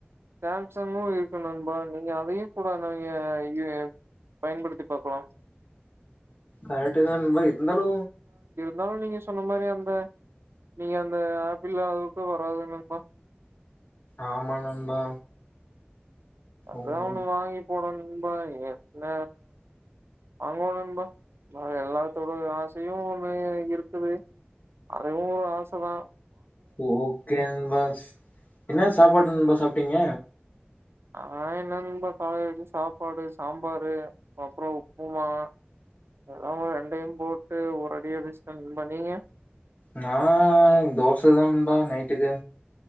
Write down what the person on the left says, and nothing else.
கரெக்ட்டு தா நண்பா இருந்தாலு
ஆமா நண்பா
ஓகே
ஓகேங்பாஸ் என்ன சாப்பாடு நண்பா சாப்ட்டீங்க
நா தோச தா நண்பா நைட்டுக்கு